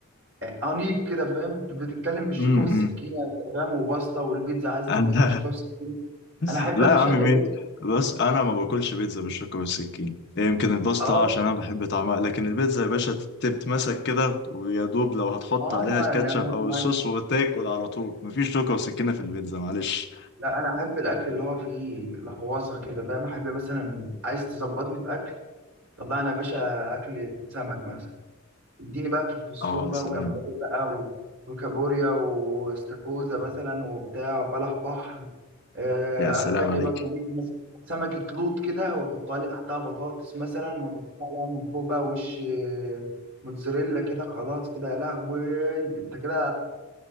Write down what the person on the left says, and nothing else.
امم
انا
<laughs>
لا
يا عم
مين بس انا ما باكلش بيتزا بالشوكة والسكينة إيه، يمكن الباستا
آه، عشان انا بحب طعمها لكن البيتزا يا باشا تتمسك كده ويا دوب لو هتحط
عليها
الكاتشب
او الصوص وتاكل على طول مفيش شوكة وسكينة في البيتزا معلش
اه
يا سلام
يا سلام
عليك